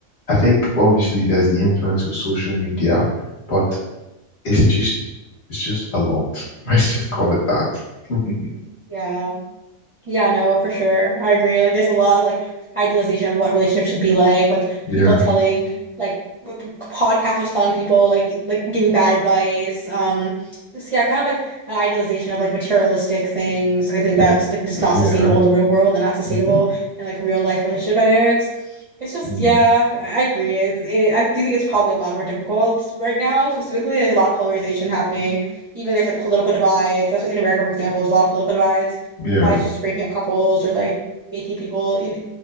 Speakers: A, on the left; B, on the right.
A: I think obviously there's the influence of social media, but it's just, it's just a lot. <laughs> Let's just call it that. <laughs>
B: Yeah. Yeah, no, for sure. I agree. Like, there's a lot of like idealization of what relationships should be like. Like,
A: Yeah.
B: people telling like w- w- podcasters telling people like like giving bad advice. Um, this yeah, kind of like an idealization of like materialistic things. I think
A: Like,
B: that's like just not
A: yeah.
B: sustainable in the real world and not sustainable
A: hmm
B: in like real life relationship dynamics. It's just
A: mm
B: yeah, I agree. It, it, I do think it's probably a lot more difficult right now. Specifically, there's a lot of polarization happening. Even there's like political divides. That's what- in America, for example, there's a lot of political divides
A: Yeah.
B: wives just breaking up couples or like making people, you know,